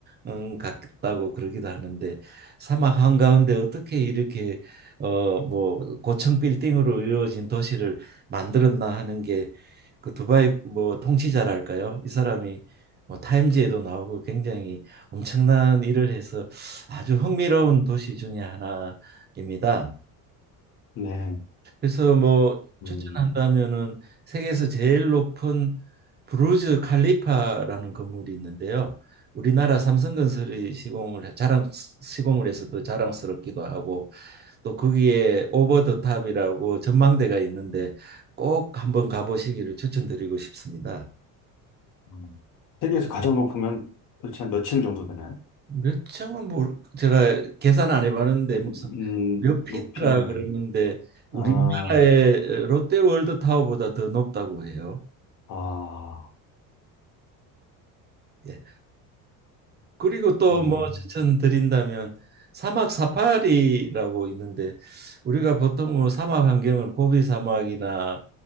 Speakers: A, on the right; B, on the left.
A: 음, 같다고 그러기도 하는데 사막 한가운데 어떻게 이렇게 어 뭐 고층 빌딩으로 이루어진 도시를 만들었나 하는 게 그 두바이 뭐 통치자랄까요? 이 사람이 뭐 타임지에도 나오고 굉장히 엄청난 일을 해서 아주 흥미로운 도시 중에 하나 입니다.
B: 네.
A: 그래서 뭐
B: 음.
A: 추천한다면은 세계에서 제일 높은 부르즈 칼리파라는 건물이 있는데요. 우리나라 삼성건설이 시공을 해- 자랑 시공을 해서 또 자랑스럽기도 하고 또 거기에 오버 더 탑이라고 전망대가 있는데 꼭 한번 가보시기를 추천드리고 싶습니다.
B: 음. 세계에서 가장 높으면 도대체 한 몇 층 정도 되나요?
A: 몇 층은 뭐 제가 계산 안 해봤는데
B: 음,
A: 무슨
B: 음,
A: 몇 피트라
B: 높이나
A: 그러는데
B: 이런.
A: 우리나라의
B: 아,
A: 롯데월드 타워보다 더 높다고 해요.
B: 아,
A: 예. 그리고 또
B: 음,
A: 뭐 추천드린다면 사막 사파리라고 있는데 우리가 보통 뭐 사막 환경을 고비 사막이나